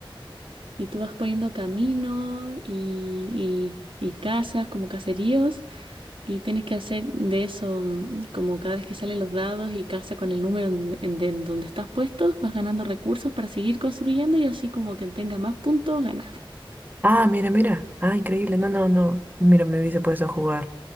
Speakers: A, on the right; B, on the right.
A: Y tú vas poniendo caminos y, y- y casas como caseríos y tienes que hacer de eso mm, como cada vez que salen los dados y calza con el número en, donde en- de- en donde estás puesto, vas ganando recursos para seguir construyendo y así como quien tenga más puntos gana.
B: Ah, mira, mira. Ah, increíble. No, no, no. Mira, me hubiese puesto a jugar.